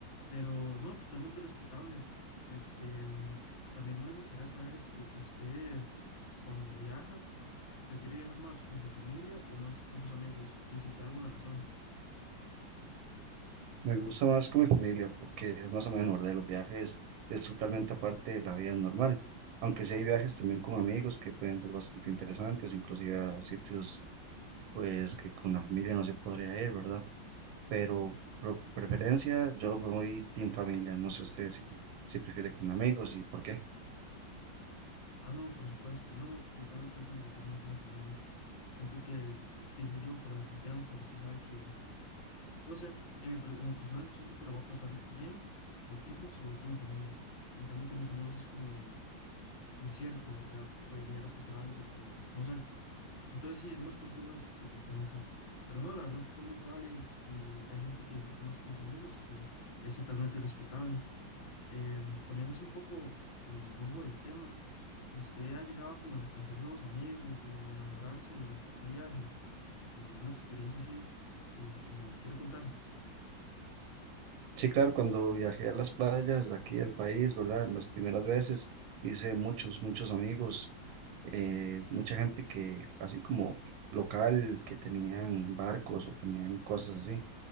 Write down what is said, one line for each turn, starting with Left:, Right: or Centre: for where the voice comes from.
Left: Pero no, totalmente respetable. Este, mm, también me gustaría saber, este, usted cuando viaja, ¿prefiere viajar más con su familia o más con sus amigos? Y si tiene alguna razón.
Right: Me gusta más con mi familia porque es más o menos, ¿verdad? Y Los viajes es totalmente aparte de la vida normal, aunque sí hay viajes también con amigos que pueden ser bastante interesantes, inclusive a sitios pues que con la familia no se podría ir, ¿verdad? pero por preferencia yo me voy team familia, no sé usted si, si prefiere con amigos y por qué.
Left: Ah, no, por supuesto. No, no, yo también prefiero totalmente la familia. Siento que, qué sé yo, por la confianza, usted sabe que, no sé, en mi per- en lo personal yo siento que la voy a pasar bien de fijo si voy con mi familia. En cambio, con mis amigos es como incierto, ¿verdad? Puede llegar a pasar algo o no sé. Entonces sí, es más por temas de confianza. Pero no, la verdad, totalmente válido. Y hay gente que disfruta más con los amigos, que es totalmente respetable. Em, cambiándose un poco el rumbo del tema, eh, ¿usted ha llegado a, conoc- a hacer nuevos amigos o a enamorarse durante algún viaje? Eh, ¿alguna experiencia así que, que me quiera contar?
Right: Sí, claro, cuando viajé a las playas de aquí del país, ¿verdad? Las primeras veces hice muchos, muchos amigos, eh, mucha gente que, así como local, que tenían barcos o tenían cosas así.